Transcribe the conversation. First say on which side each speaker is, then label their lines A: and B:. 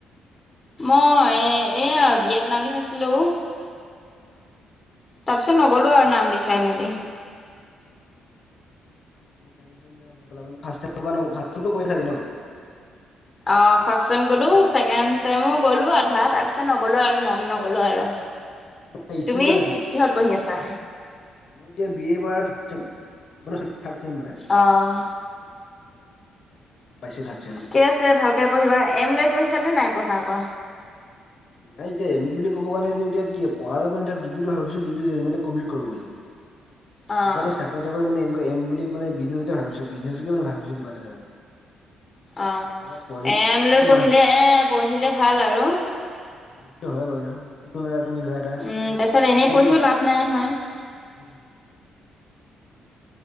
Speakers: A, on the left; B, on the left.
A: মই এইয়া, বি এ ত নাম লিখাইছিলোঁ।
B: উম।
A: তাৰপিছত নগ'লোঁ আৰু নাম লিখাই মেলি।
B: আচ্ছা, আচ্ছা। <unintelligible> ফাষ্ট পৰা নগ'লা, ফাৰ্ষ্ট ছেমটো কৰিলা চাগে ন'।
A: অহ, ফাৰ্ষ্ট ছেম গ'লো, ছেকেণ্ড গ'লো আধা, তাৰপিছত নগ'লো আৰু মন নগ'লো আৰু।
B: তোমাৰ ষ্ট্ৰীম
A: তুমি
B: কিহত আছিল নো?
A: কিহত পঢ়ি আছা?
B: মই এতিয়া বি এ এবাৰ থাৰ্ড ছেম <unintelligible> মানে থাৰ্ড ছেম এবাৰ।
A: অ',
B: পাইছোঁ
A: ঠিকে আছে ভালকৈ পঢ়িবা। এম লৈ পঢ়িছানে নাই পঢ়া আকৌ?
B: নাই এতিয়া এম বুলি কব কাৰণ এতিয়া কি পঢ়াৰ কাৰ এ ডিগ্ৰীটো ভাবিছোঁ, ডিগ্ৰীটো যেনেকে কমপ্লিট কৰিব বুলি।
A: অ',
B: এনেকুৱাত চাকৰি-তাকৰি মানে এনেকুৱা এম বুলি মানে বিজনেছতে ভাবিছোঁ বিজনেছকে ভাবিছোঁ কিবা এটা আৰু।
A: অহ।
B: ধৰা পঢ়ি
A: এম
B: এইটোতো
A: লৈ পঢ়িলে,
B: মা
A: পঢ়িলে ভাল আৰু।
B: সেইটো হয় বাৰু, যিকোনো এটা তুমি ধৰা এটা
A: উম, তাৰপিছত এনেই
B: আজিকালি
A: পঢ়িও লাভ নাই নহয়
B: উম'।